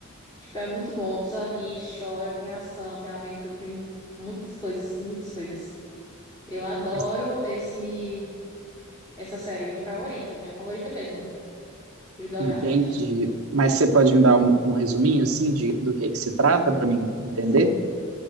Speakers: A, on the left (about 15°); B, on the right (about 80°).
A: Tipo, é muito bom, a pessoa ri, chora, tem ação, tem aventura, tem muitas coisas, muitas coisas. Eu adoro
B: Mas-
A: esse, essa série, minha favorita, minha favorita mesmo, os doramas.
B: Entende? Mas você pode me dar um, um resuminho assim de, do que que se trata pra mim entender?